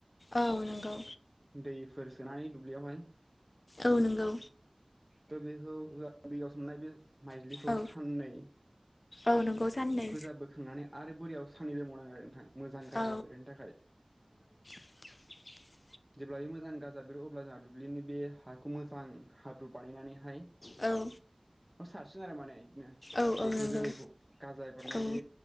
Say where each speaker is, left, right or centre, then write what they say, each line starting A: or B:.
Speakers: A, on the left (about 80°); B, in the centre.
A: औ नंगौ
B: दैफोर सोनानै दुब्लियावहाय
A: औ नंगौ
B: त' बेखौ ज दैयाव सोमनाय बे माइज्लिखौ
A: औ
B: साननै
A: औ नंगौ साननै
B: बेखौ जाबोखांनानै आरो बोरियाव सानल मावावनांगो आरो नोंथां मोजां गाजा
A: औ
B: बेरहोनो थाखाय
A: <unintelligible>
B: जेब्ला बे मोजां गाजा बेरो अब्ला जोंहा दुब्लिनि बे हाखौ मोजां हाब्रु बानायनानैहाय
A: औ
B: बे सारसिन आरो माने बिदिनो
A: औ औ
B: बेखौ
A: नंगौ
B: जोलैखौ साजायबरनाय
A: औ
B: बे